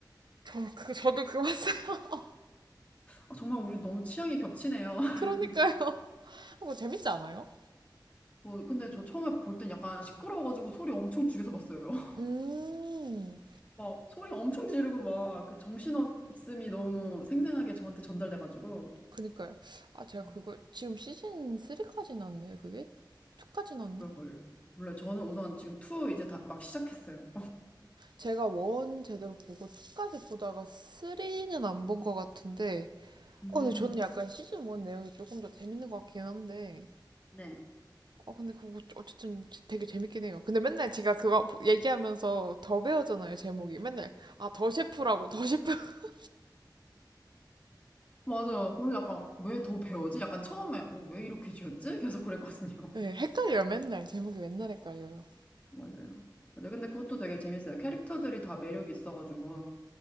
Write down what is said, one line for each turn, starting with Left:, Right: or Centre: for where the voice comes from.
Right: 저, 그, 저도 그거 봤어요. <laughs>
Left: 아, 정말 우리 너무 취향이 겹치네요. <laughs>
Right: 그러니까요. <laughs> 뭐 재밌지 않아요?
Left: 뭐, 근데 저 처음에 볼 땐 약간 시끄러워가지고 소리 엄청 죽여서 봤어요. <laughs>
Right: 음,
Left: 막 소리 엄청 지르고 막 그 정신없음이 너무 생생하게 저한테 전달돼가지고.
Right: 그니까요. 아, 제가
Left: 음,
Right: 그걸 지금 시즌 3까지 났나요, 그게? 2까지 났나?
Left: 그걸, 몰라 저는 우선 지금 투 이제 다 막 시작했어요.
Right: 제가 원 제대로 보고 2까지 보다가 3는 안 본 것 같은데,
Left: 음.
Right: 어, 근데 저는 약간 시즌 1 내용이 조금 더 재밌는 것 같긴 한데,
Left: 네.
Right: 어, 근데 그거 어쨌든 되게 재밌긴 해요. 근데 맨날 제가 그거 얘기하면서 더 배우잖아요, 제목이. 맨날, 아, 더 셰프라고, 더 셰프. <laughs>
Left: 맞아요. 그리고 약간 왜 더 배워지? 약간 처음에 어, 왜 이렇게 지었지? 계속 그랬거든요.
Right: 네, 헷갈려요, 맨날. 제목이 맨날 헷갈려요.
Left: <laughs> 맞아요. 맞아요. 근데 그것도 되게 재밌어요. 캐릭터들이 다 매력이 있어가지고.